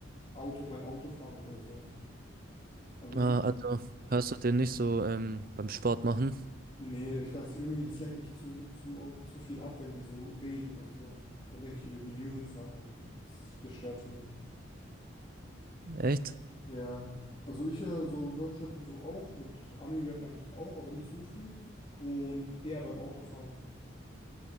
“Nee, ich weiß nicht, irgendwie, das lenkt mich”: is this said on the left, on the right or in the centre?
Left